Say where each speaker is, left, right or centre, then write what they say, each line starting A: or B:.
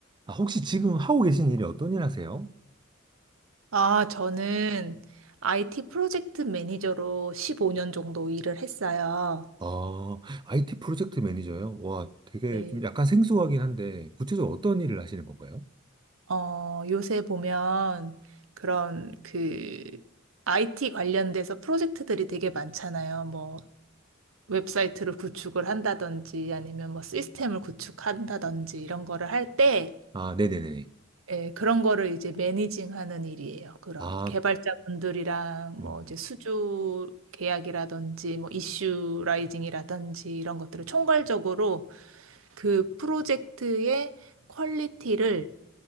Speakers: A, on the right; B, on the right.
A: 아, 혹시 지금 하고 계신 일이 어떤 일 하세요?
B: 아, 저는 IT 프로젝트 매니저로 15년 정도 일을 했어요.
A: 아, IT 프로젝트 매니저요? 와, 되게
B: 네.
A: 좀 약간 생소하긴 한데, 구체적으로 어떤 일을 하시는 건가요?
B: 어, 요새 보면 그런 그 IT 관련돼서 프로젝트들이 되게 많잖아요. 뭐 웹사이트를 구축을 한다든지 아니면 뭐 시스템을 구축한다든지 이런 거를 할때
A: 아, 네네네.
B: 예, 그런 거를 이제 매니징하는 일이에요. 그런
A: 아,
B: 개발자분들이랑
A: 음.
B: 뭐 이제 수주 계약이라든지 뭐 이슈 라이징이라든지 이런 것들을 총괄적으로 그 프로젝트의 퀄리티를